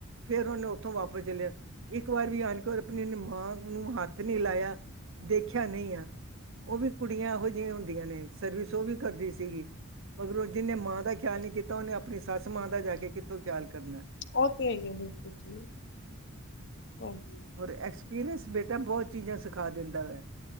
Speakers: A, on the right; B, on the left.
A: ਫੇਰ ਓਨੇ ਓਥੋਂ ਵਾਪਸ ਚੱਲੇ ਜਾ ਇੱਕ ਵਾਰ ਵੀ ਆਨ ਕਰ ਆਪਣੀ ਇਨੇ ਮਾਂ ਨੂੰ ਹੱਥ ਨੀ ਲਾਏਆ, ਦੇਖੇਆ ਨਈ ਐ। ਓ ਵੀ ਕੁੜੀਆਂ ਐਹੋ ਜਿਈਆਂ ਹੁੰਦੀਆਂ ਨੇ ਸਰਵਿਸ ਓ ਵੀ ਕਰਦੀ ਸੀਗੀ। ਮਗਰ ਓ ਜਿੰਨੇ ਮਾਂ ਦਾ ਖਿਆਲ ਨੀ ਕੀਤਾ ਓਨੇ ਆਪਣੀ ਸੱਸ ਮਾਂ ਦਾ ਜਾ ਕੇ ਕਿੱਥੋਂ ਖ਼ਿਆਲ ਕਰਨੈ।
B: ਓ ਤੇ ਹੈਗੀ ਬਿਲਕੁਲ ਜੀ। ਹਾਂਜੀ।
A: ਔਰ ਐਕਸਪੀਰੀਅੰਸ ਬੇਟਾ ਬੋਤ ਚੀਜ਼ਾਂ ਸਿਖਾ ਦਿੰਦਾ ਵੈ।